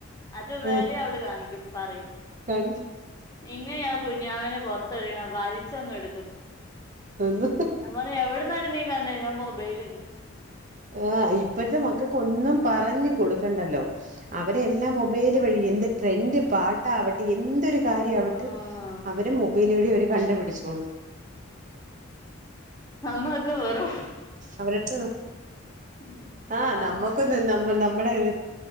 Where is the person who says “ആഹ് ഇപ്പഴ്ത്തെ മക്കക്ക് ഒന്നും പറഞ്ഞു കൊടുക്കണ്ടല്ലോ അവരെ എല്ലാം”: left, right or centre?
Right